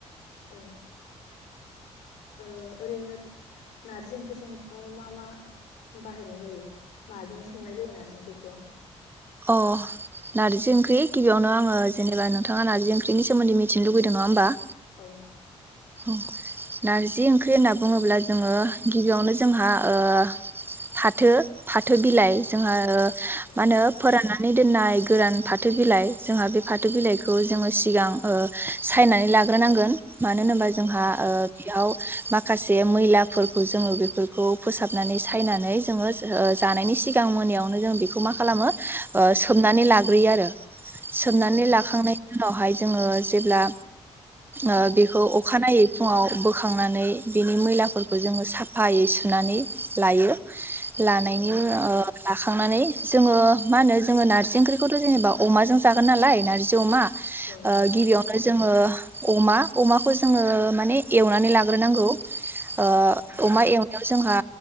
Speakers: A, on the left; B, on the right.
A: औ ओ ओरैनो नारजि ओंख्रि संनायाव मा मा बाहायनाय जायो माजों संनाय जायो नारजि ओंख्रिखौ
B: अ नारजि ओंख्रि गिबि गिबियावनो आङो जेनेबा नोंथाङा नारजि ओंख्रिनि सोमोन्दै मिथिनो लुगैदों नङा होनबा
A: औ
B: ओ नारजि ओंख्रि होनना बुङोब्ला जोङो गिबियावनो जोंहा ओ फाथो फाथो बिलाइ जोंहा ओ
A: औ
B: मा होनो फोराननानै दोननाय गोरान फाथो बिलाइ जोंहा बे फाथो बिलाइखौ जोङो सिगां ओ सानानै लाग्रोनांगोन मानो होनो जोंहा
A: औ
B: ओ बेयाव माखासे मैलाफोरखौ जोङो बेफोरखौ फोसाबनानै सायनानै जोङो ओ जानायनि सिगां मोनायावनो जों बेखौ मा खालामो सोमनानै लाग्रोयो आरो सोमनानै
A: औ
B: लाखांनाय उनावहाय जोङो जेब्ला ओ बिखौ दै फुङाव बोखांनानै बिनि मैलाफोरखौ जोङो साफायै सुनानै लायो लानायनि
A: औ
B: ओ लाखांनानै जोङो मा होनो जोङो नार्जि ओंख्रिखौथ' जेनेबा अमाजों जागोन नालाय नार्जि अमा
A: औ
B: ओ गिबियावनो जोङो अमा अमाखौ जों जोङो माने एवनानै लाग्रोनांगौ ओ
A: उम
B: अमा एव नायाव जोंहा